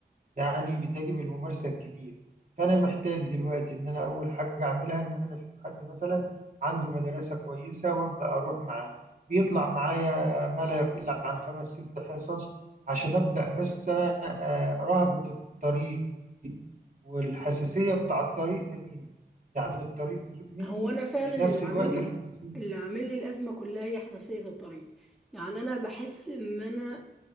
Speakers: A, on the right; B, in the centre.
A: يعني بتجي بالممارسة الكتير فانا محتاج دلوقتي ان انا اول حاجة اعملها ان انا اشوف حد مثلا عنده مدرسة كويسة وابدا اروح معاه بيطلع معايا ما لا يقل عن خمس ست حصص عشان ابدا بس انا آه، رهبة الطريق والحساسية بتاع الطريق تجيني يعني الطريق تزول مني
B: هو انا فعلا
A: وفي
B: اللي
A: نفس الوقت
B: عامل لي
A: الحساسية
B: اللي عامل لي الازمه كلها هي حساسيه الطريق يعني انا بحس ان انا